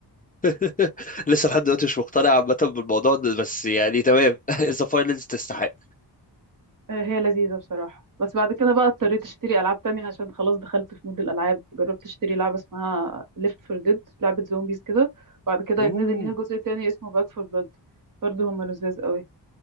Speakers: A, on the left; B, on the right.
A: <laughs> لسه لحد دلوقتي مش مقتنع عامة بالموضوع ده بس يعني تمام <laughs> ذا فاينلز تستحق
B: <laughs> آه، هي لذيذة بصراحة بس بعد كده بقى اضطريت اشتري ألعاب تانية عشان خلاص دخلت في مود الألعاب جربت اشتري لعبة اسمها ليفت فور ديد لعبة زومبيز كده وبعد كده
A: اوه
B: نزل ليها جزء تاني اسمه باك فور بلاد برضه هما لذاذ قوي